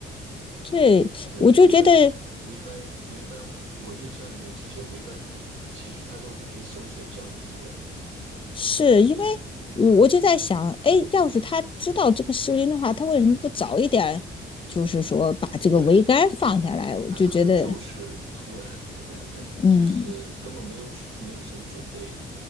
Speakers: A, on the left (about 25°); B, on the right (about 75°).
A: 对，
B: 对，
A: 我就觉得
B: 桅杆是桅杆，桅杆，我我的印象里面，这些桅杆其实它都是可以收起来降低的。
A: 是因为我我就在想，哎，要是他知道这个失灵的话，他为什么不早一点，就是说把这个桅杆放下来？
B: 对，
A: 我就觉得，
B: 它可能就是突然，我觉得它就是根本没有没有什么准备，
A: 嗯，